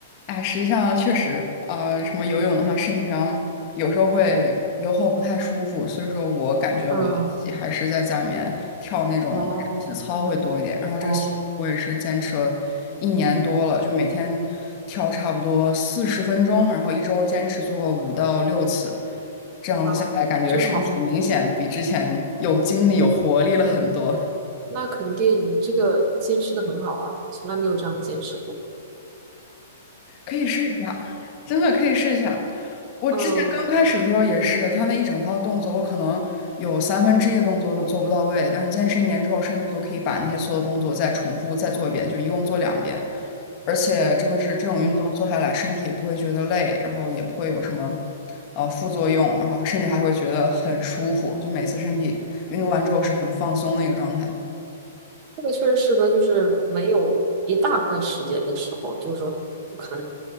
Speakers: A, on the left (about 25°); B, on the right (about 25°).
A: 哎呀，实际上确实，呃，什么游泳的话，身体上有时候会游后不太舒服，所以说我感觉我自己还是在家里面跳那种体操会多一点。
B: 嗯，哦
A: 然后这个习惯我也是坚持了一年多了，
B: 哦，
A: 就每天跳差不多四十分钟，然后一周坚持做五到六次，这样子下来，
B: 哇，
A: 感觉身体明显比之前有精力、
B: 真好，
A: 有活力了很多。
B: 那肯定你这个坚持的很好啊，从来没有这样坚持过。
A: 可以试一下，真的可以试一下。我之前刚开始的时候也是，
B: 嗯，
A: 他那一整套动作，我可能有三分之一的动作都做不到位，但是坚持一年之后，甚至都可以把那些所有动作再重复再做一遍，就一共做两遍。而且真的是这种运动做下来，
B: 嗯，
A: 身体也不会觉得累，然后也不会有什么呃副作用，然后甚至还会觉得很舒服，就每次身体运动完之后是很放松的一个状态。
B: 这个确实适合，就是没有一大块时间的时候，就是说不可能